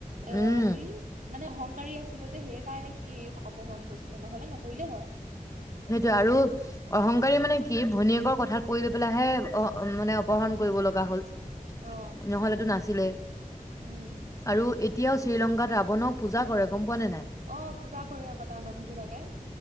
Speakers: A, on the right; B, on the left.
A: এয়া
B: উম
A: কি মানে অহংকাৰী আছিলে যে সেইকাৰণে সি অপহৰণ কৰিছিলে নহলে নকৰিলেই হয়
B: সেইটোয়ে আৰু অহংকাৰী মানে কি ভনীয়েকৰ কথাত পৰি লৈ পেলাইহে অ মানে অপহৰণ
A: উম
B: কৰিব লগা হ'ল
A: অ
B: নহ'লেটো নাছিলে।
A: উম
B: আৰু এই, এতিয়াও শ্ৰীলংকাত ৰাৱণক পূজা কৰে। গম পোৱা নে নাই
A: অ পূজা কৰে আকৌ তাৰ মানুহ বিলাকে